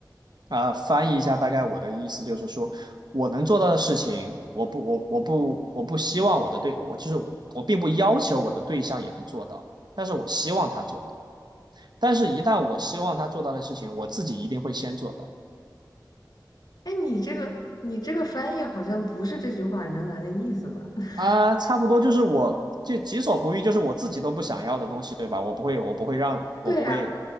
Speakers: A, on the right; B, on the left.
A: 啊、翻译一下，大概我的意思就是说，我能做到的事情，我不，我我不，我不希望我的对，我就是我并不要求我的对象也能做到，但是我希望他做到。但是，一旦我希望他做到的事情，我自己一定会先做到。
B: 哎，你这个你这个翻译好像不是这句话原来的意思吧？<laughs>
A: 啊、差不多就是我就己所不欲，就是我自己都不想要的东西，对吧？我不会，我不会让，我不会，
B: 对呀、